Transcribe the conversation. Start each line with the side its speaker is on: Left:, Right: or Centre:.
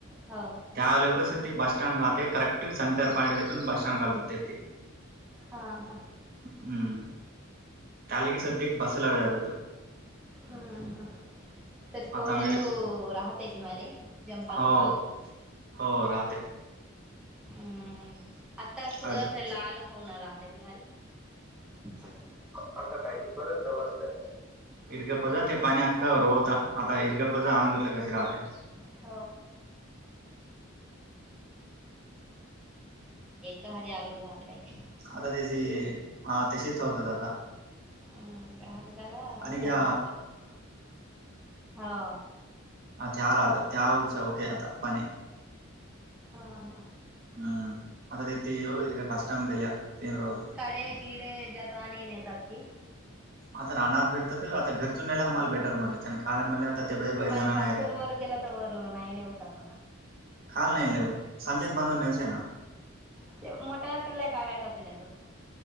Centre: हो
Right: त्या लोकच ते बस स्टँड राहते करेक्ट सेंरॉईंट देखून बस स्टँड घालतात ते.
Centre: हा हा.
Right: हम्म त्यालागी सध्या बसला जात तू.
Centre: हम्म हम त्या ते कोनेर
Right: आता आम्ही
Centre: राहतयेत मर जमपना
Right: हो
Centre: वाग. <unintelligible> <inaudible>
Right: हो राहते.
Centre: हम्म आत्ता कसं
Right: अ
Centre: लाल होऊन राहते की मारी. <unintelligible> आता काही क बरं होतं वास्त.
Right: <inaudible> <unintelligible>
Centre: <unintelligible> घरी आघडून राहते काही की.
Right: आता त्याची हा तशीच होत आता.
Centre: अ ह. अ दादा.
Right: आणि
Centre: खराब
Right: <inaudible>
Centre: हा.
Right: अ त्या राहत त्या होलस ओके आता पणे. <inaudible>
Centre: ह.
Right: हम्म आता ते तोक कष्टम जल तीन रोजो
Centre: कडे गिडे जातात आणि नेतात ते.
Right: आता रानात भेटत. तर आता घरचून यायला आम्हाला बेटर म्हटल आणि खायला म्हटल आता ते
Centre: <unintelligible>
Right: बे बै जण नाही राहिला खाल नाहीई संचेेत बनून नेवसेना
Centre: <unintelligible>